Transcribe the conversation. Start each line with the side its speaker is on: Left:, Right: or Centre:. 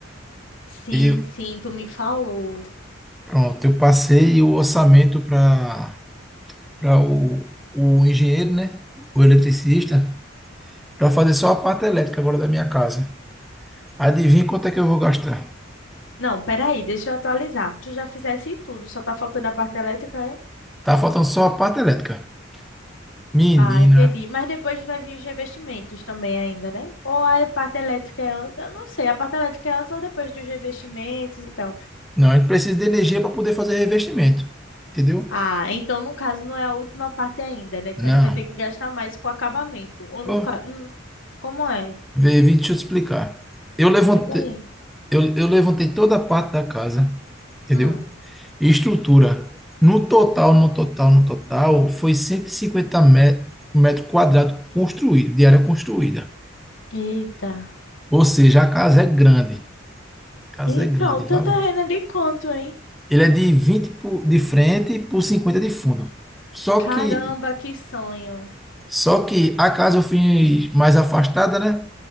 Left: Sim,
Centre: Eu,
Left: sim, tu me falou.
Centre: pronto, eu passei o orçamento para para o, o engenheiro, né? O eletricista, para fazer só a parte elétrica agora da minha casa. Adivinha quanto é que eu vou gastar?
Left: Não, peraí, deixa eu atualizar. Tu já fizesse tudo, só tá faltando a parte elétrica, é?
Centre: Tá faltando só a parte elétrica. Menina.
Left: Ah, entendi. Mas depois vai vir os revestimentos também ainda, né? Ou a parte elétrica é... an- Eu não sei, a parte elétrica é antes ou depois dos revestimentos e tal.
Centre: Não, a gente precisa de energia para poder fazer revestimento. Entendeu?
Left: Ah, então no caso não é a última parte ainda, né? Tu
Centre: Não.
Left: ainda vai ter que gastar mais com acabamento. Ou nunca.
Centre: Oh,
Left: hum, Como é?
Centre: vê, vim te explicar. Eu
Left: Explica
Centre: levantei,
Left: aí.
Centre: eu, eu levantei toda a parte da casa, entendeu?
Left: Hum.
Centre: E estrutura. No total, no total, no total, foi 150 mé- metros quadrados construído, de área construída.
Left: Eita.
Centre: Ou seja, a casa é grande. A casa
Left: Então,
Centre: é grande,
Left: o teu
Centre: valendo.
Left: terreno é de quanto, hein?
Centre: Ele é de vinte por- de frente por 50 de fundo. Só
Left: Caramba,
Centre: que
Left: que sonho.
Centre: Só que a casa eu fiz mais afastada, né?